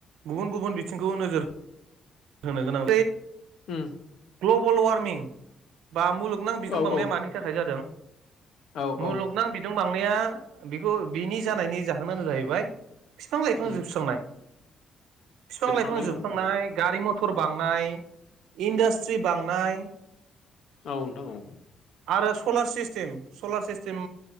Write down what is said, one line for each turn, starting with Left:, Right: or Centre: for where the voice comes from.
Right: गुबुन गुबुन बिथिंखौ नोजोर होननो गोनां
Left: उम
Right: ग्लबेल वार्मिं बा मुलुगनां बिजों
Left: औ
Right: बांनाया
Left: औ
Right: मानि थाखाय जादों
Left: औ
Right: मुलुगनां
Left: औ
Right: बिदुं बांनाया बेखौ बिनि जानायनि जाहोनानो जाहैबाय बिफां लाइफां
Left: उम
Right: जोबस्रांनाय बिफां
Left: जोबस्रांनाय
Right: लाइफां जोबस्रांनाय
Left: औ नोंथां
Right: गारि मथर बांनाय इन्डास्ट्रि बांनाय
Left: औ नोंथां औ
Right: आरो solar system solar system